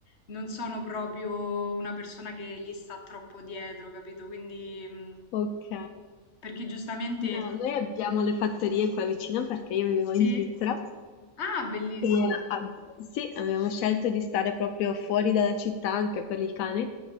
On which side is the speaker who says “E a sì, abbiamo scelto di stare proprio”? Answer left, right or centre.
Left